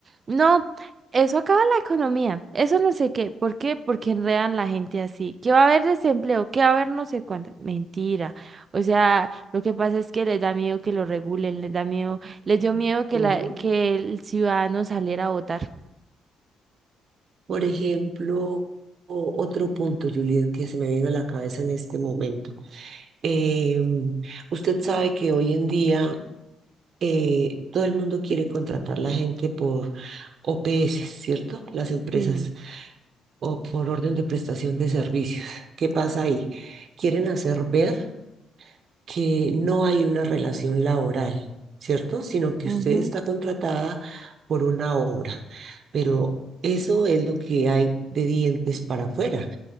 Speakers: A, on the right; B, on the right.
A: no, eso acaba la economía, eso no sé qué, ¿por qué? Porque enredan la gente así, qué va a haber desempleo, qué va a haber no sé cuánto, mentira. O sea, lo que pasa es que les da miedo que lo regulen, les da miedo, les dio miedo que
B: Ujú.
A: la, que el ciudadano saliera a votar.
B: Por ejemplo, o- otro punto, Juliet, que se me viene a la cabeza en este momento. Eh, usted sabe que hoy en día eh, todo el mundo quiere contratar la gente por OPS, ¿cierto? Las empresas.
A: Sí,
B: o por orden de prestación de servicios. ¿Qué pasa ahí? Quieren hacer ver que no hay una relación laboral, ¿cierto? Sino que
A: ujú,
B: usted está contratada por una obra, pero eso es lo que hay de dientes para afuera.